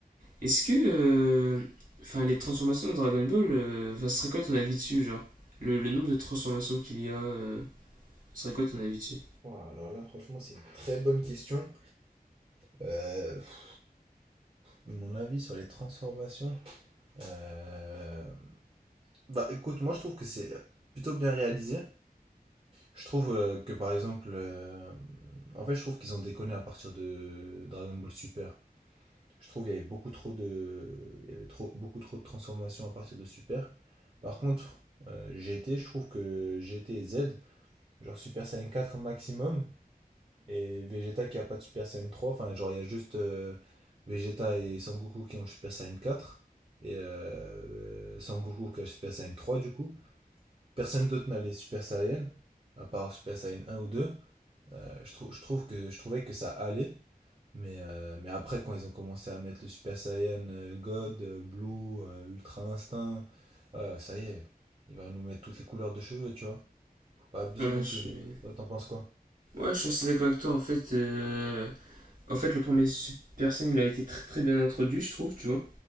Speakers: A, on the right (about 60°); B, on the right (about 35°).
A: est-ce que, euh, enfin, les transformations de Dragon Ball, euh, enfin, ce serait quoi ton avis dessus, genre? Le, le nombre de transformations qu'il y a, euh, ce serait quoi ton avis dessus?
B: Voilà, alors là franchement c'est une très bonne question. Euh, pff, mon avis sur les transformations. euh, Bah écoute, moi je trouve que c'est plutôt bien réalisé. Je trouve euh, que par exemple, euh, en fait, je trouve qu'ils ont déconné à partir de Dragon Ball Super. Je trouve qu'il y avait beaucoup trop de, il y avait trop, beaucoup trop de transformations à partir de Super. Par contre, euh, GT, je trouve que GT et Z, genre Super Saiyan quatre maximum, et Vegeta qui a pas de Super Saiyan trois enfin genre il y a juste euh, Vegeta et Son Goku qui ont le Super Saiyan quatre et euh, Son Goku qui a le Super Saiyan trois du coup. Personne d'autre n'a les Super Saiyan, à part Super Saiyan un ou deux. Euh, je, trou- je trouve que, je trouvais que ça allait. Mais, euh, mais après, quand ils ont commencé à mettre le Super Saiyan euh, God, euh, Blue, euh, Ultra Instinct, euh, ça y est, il va nous mettre toutes les couleurs de cheveux, tu vois. Faut pas abuser
A: Ouais,
B: non
A: je suis...
B: plus. Toi, t'en penses quoi?
A: Ouais, je suis assez d'accord avec toi. En fait, euh, en fait, le premier Super Saiyan, il a été très très bien introduit, je trouve, tu vois.